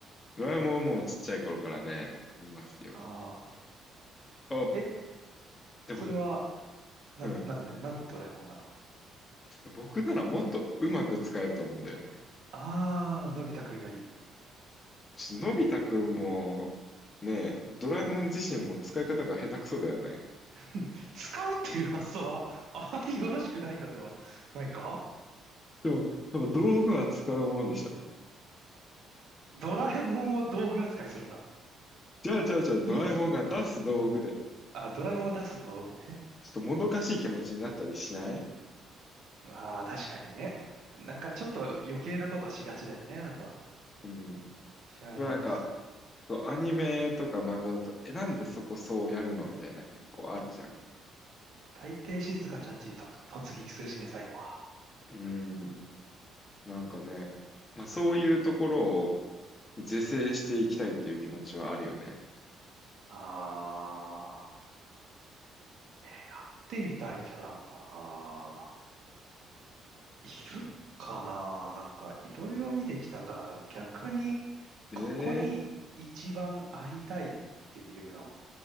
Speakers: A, on the left; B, on the right.
A: ドラえもんはもうちっちゃい頃からね、いますよ。
B: あー。
A: あ、
B: え、
A: でも、
B: それは、なん、
A: うん。
B: なんで、なんでドラえもんなの
A: 僕ならもっとうまく使えると思うんだよね。
B: ああー、のび太くんより。
A: ちょっとのび太くんも、ね、ドラえもん自身も使い方が下手くそだよね。
B: <laughs> 使うっていう発想は <laughs>、あまりよろしくないのではないか
A: でも、やっぱ道具は使うものでしょ。
B: ドラえもんを道具扱いするんだ。
A: じゃあ、じゃあ、じゃあ、ドラえもんが出す道具で、
B: みつ、あ、ドラえもんを出す道具ね。
A: ちょっともどかしい気持ちになったりしない
B: ああ、確かにね。なんかちょっと余計なことしがちだよね、あとは。
A: うん。
B: しゃあないにしても。
A: でもなんか、そう、アニメとか漫画だと、え、なんでそこそうやるのみたいな結構あるじゃん。
B: 大抵静香ちゃんちにとく突撃するしね、最後は。
A: うん。なんかね、
B: うん。
A: まあそういうところを是正していきたいという気持ちはあるよね。
B: ああ、えー、やってみたいキャラか。いるかななんかいろいろ見てきたから逆にここに一番会いたいっていうの
A: ええ